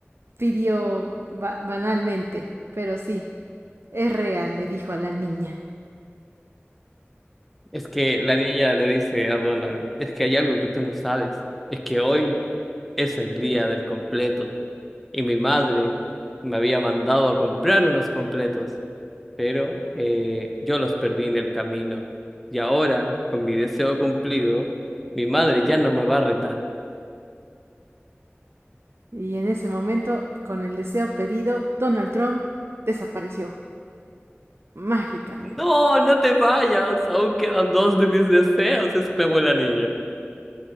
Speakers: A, on the right; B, in the centre.
A: pidió ba banalmente. Pero sí, es real, le dijo a la niña.
B: Es que la niña le dice a Donald, es que hay algo que tú no sabes, es que hoy es el día del completo y mi madre me había mandado a comprar unos completos pero eh, yo los perdí en el camino. Y ahora, con mi deseo cumplido, mi madre ya no me va a retar.
A: Y en ese momento, con el deseo pedido, Donald Trump desapareció mágicamente.
B: No, no te vayas, aún quedan dos de mis deseos, exclamó la niña.